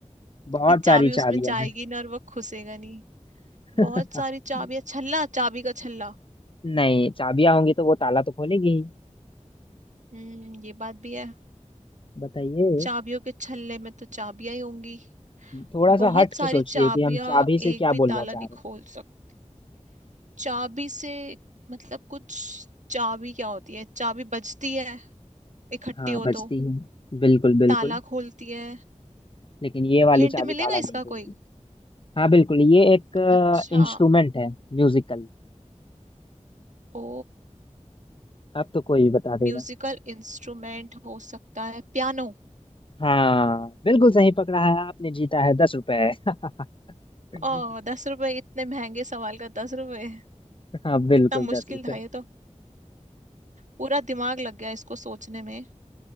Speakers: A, on the left (about 45°); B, on the right (about 75°).
A: बहुत
B: कि चाबी
A: सारी
B: उसमें
A: चाबियां
B: जाएगी
A: हैं
B: ना और वो खुसेगा नहीं
A: <laughs>
B: बहुत सारी चाबियां छल्ला चाबी का छल्ला
A: नहीं चाबियां होंगी तो वो ताला तो खोलेगी ही
B: हम्म ये बात भी है
A: बताइए
B: चाबियों के छल्ले में तो चाबियां ही होंगी
A: थोड़ा
B: बहुत
A: सा हट के
B: सारी
A: सोचिए
B: चाबियां
A: कि हम चाबी से
B: एक
A: क्या
B: भी
A: बोलना
B: ताला
A: चाह
B: नहीं
A: रहे
B: खोल सकती चाबी से मतलब कुछ चाबी क्या होती है चाबी बजती है इकट्ठी
A: हैं हाँ
B: हो
A: बजती
B: तो
A: है बिल्कुल बिल्कुल
B: ताला खोलती है
A: लेकिन ये वाली
B: हिंट
A: चाबी
B: मिलेगा
A: ताला नहीं
B: इसका
A: खोलती
B: कोई
A: हाँ बिल्कुल ये एक
B: अच्छा
A: इंस्ट्रूमेंट है म्यूजिकल
B: ओ
A: अब तो कोई भी बता देगा
B: म्यूजिकल इंस्ट्रूमेंट हो सकता है पियानो
A: हाँ बिल्कुल सही पकड़ा है आपने जीता है दस रुपए <laughs>
B: ओ दस रुपए इतने महंगे सवाल का दस रुपए
A: हाँ बिल्कुल
B: इतना मुश्किल
A: दस रुपए
B: था ये तो पूरा दिमाग लग गया इसको सोचने में